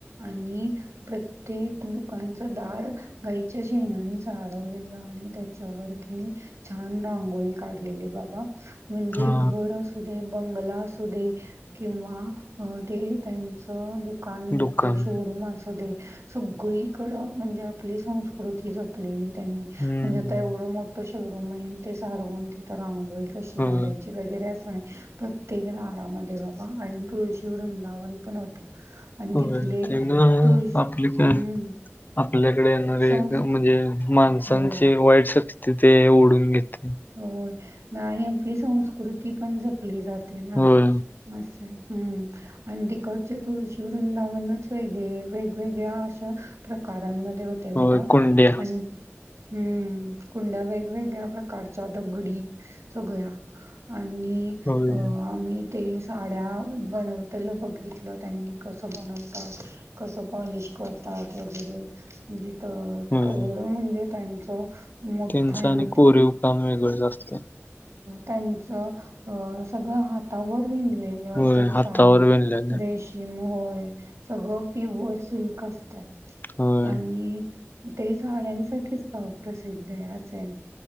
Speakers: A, on the right; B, on the left.
A: आणि प्रत्येक दुकान दार गाईच्या शेणानी सारवलेलं आणि त्याच्या वरती छान रांगोळी काढलेली बाबा म्हणजे
B: हा
A: घर असू दे बंगला असू दे किंवा ते त्यांचं दुकान दुकान मोठ
B: दुकान
A: शोरूम असू दे सगळे इकडे म्हणजे आपली संस्कृती जपलेली म्हणजे
B: हम्म
A: त्यावेळी मोठे शहर शोरूम आहे ते सारवून तिथ रांगोळी कशी
B: होय
A: काढायची वगैरे अस प्र <unintelligible> तेघला आराम देवाबाई <unintelligible> तुळशीवरूनधावन पण होतं. आणि
B: होय
A: तिथले
B: ते ना
A: त हम्म
B: आपले काय आपल्याकडे येणारे
A: संस्कृ
B: म्हणजे माणसांची
A: होय.
B: वाईट शक्ती ते ओढून घेते
A: होय ना आणि आपली संस्कृती ती पण जपली जात ना
B: होय
A: अस हम्म आणि तिकडचे तू वृंदावन वेगळे वेगवेगळ्या अश प्रकारमध्ये होते होते
B: होय
A: बाबा
B: कोंड्या
A: आणि हम्म कुंडा वेगवेगळे घडी सगळ्या आणि
B: होय
A: अ आम्ही ते साड्या बनव त्याला बघितलं त्यांनी कसं बनव कसं पण कटट वगैरे तर
B: होय
A: कवडं म्हणजे त्यांच मोठा
B: त्यांचं
A: एम
B: आणि कोरीव काम वेगळं जा असत
A: त्यांच सगळं हातावर विणलेल्या असतात
B: होय हातावर
A: साड्या
B: विणलेलं
A: रेष घेऊन होय सगळं प्युअर सिल्क असत
B: होय
A: आणि ते साड्यांसाठी च गाव प्रसिद्ध आहे अस आहे.